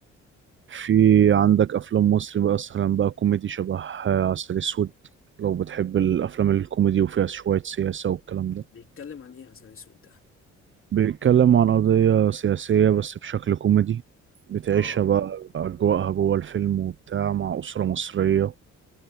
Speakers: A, on the right; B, on the left.
A: في عندك افلام مصري مثلا بقى كوميدي شبه آه، عسل اسود لو بتحب الافلام الكوميدي وفيها شويه سياسه والكلام ده
B: بيتكلم عن إيه عسل أسود ده؟
A: بيتكلم عن قضيه سياسيه بس بشكل كوميدي بتعيشها
B: آه
A: بقى اجواءها جوه الفيلم وبتاع مع اسره مصريه